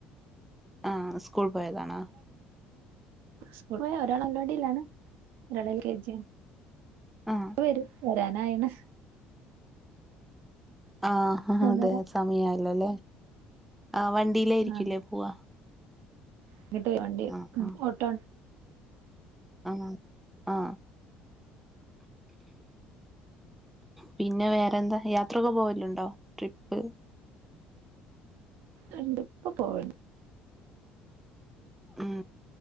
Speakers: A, in the centre; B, on the right (about 70°).
A: ആഹ സ്കൂൾ പോയതാണോ
B: സ് പോ ഒരാൾ അംഗവാടിയിലാണ് ഒരാള എൽ കെ ജിയും
A: ആ
B: വര വരാനായിണ്
A: ആഹ
B: മൂന്നര
A: അതെ സമയാല്ലൊല്ലേ ആ വണ്ടിയിലായിരിക്കല്ലേ
B: ആ
A: പോവ
B: ഇങ്ങട്ട് വണ്ടി
A: ആഹ
B: ഉം
A: ആ
B: ഓട്ടോ
A: ആഹ ആ പിന്നെ വേറെന്താ യാത്രൊക്കെ പോവലുണ്ടോ ട്രിപ്പ്
B: ആ ഇണ്ട് പ്പ പോവ
A: ഉം